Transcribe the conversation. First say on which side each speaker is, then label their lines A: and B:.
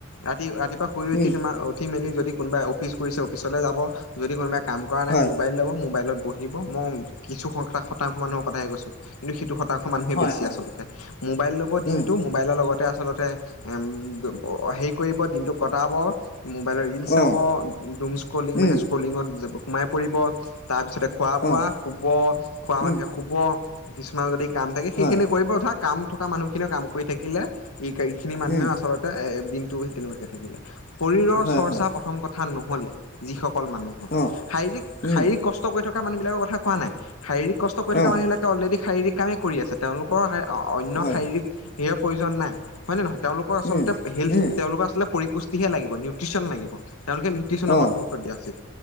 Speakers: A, on the left; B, on the left.
A: ৰাতি ৰাতিপুৱা শুই উঠি
B: উম
A: তোমাৰ উ- উঠি মেলি যদি কোনোবাই অফিচ কৰিছে অফিচলৈ যাব। যদি কোনোবাই কাম কৰা নাই
B: হয়
A: মোবাইল ল'ব, মোবাইলত পঢ়িব, মওং কিছু শ শতাংশ মানুহৰ কথাই কৈছো কিন্তু সেইটো শতাং- শ মানুহে
B: হয়
A: বেছি
B: হয়
A: আচলতে মোবাইল ল'ব দিনটো
B: উম
A: মো- মোবাইলৰ লগতে আচলতে এম অ হেৰি কৰিব দিনটো কটাব। মোবাইল ৰিল চাব
B: অঁ
A: ডোমছ কলিং মাইনাছ
B: উম
A: কলিঙত য সোমাই পৰিব তাৰ পাছতে খোৱা বোৱা
B: অঁ
A: শুব খোৱা মানুহে
B: উম
A: শুব কিছুমান যদি কাম থাকে সেইখিনি
B: হয়
A: কৰিব ধাক কাম থকা মানুহখিনিও কাম কৰি থাকিলে ই এইখিনি মানুহেও
B: উম,
A: আচলতে এ দিনটো তেনেকুৱাকে থাকিলে শৰীৰৰ
B: হয়,
A: চৰ্চা
B: হয়,
A: প্ৰথম কথা নহ'লে, যিসকল মানুহ
B: অ',
A: শাৰীৰিক
B: উম,
A: শাৰীৰিক কষ্ট কৰি থকা মানুহ বিলাকৰ কথা কোৱা নাই শাৰীৰিক কষ্ট কৰি থকা
B: অ',
A: মানুহ বিলাকে অলৰেডি শাৰীৰিক কামে কৰি আছে। তেওঁলোকৰ শা অন্য
B: হয়,
A: শাৰীৰিক হেয় প্ৰয়োজন নাই। হয় নে নহয় তেওঁলোকৰ আচলতে
B: উম,
A: হেল
B: উম,
A: তেওঁলোকৰ আচলতে পৰিপুষ্টিহে লাগিব নিউট্ৰিচন লাগিব তেওঁলোকে নিউট্ৰিচনৰ ওপৰত
B: অ',
A: গুৰুত্ব দিয়া উচিত।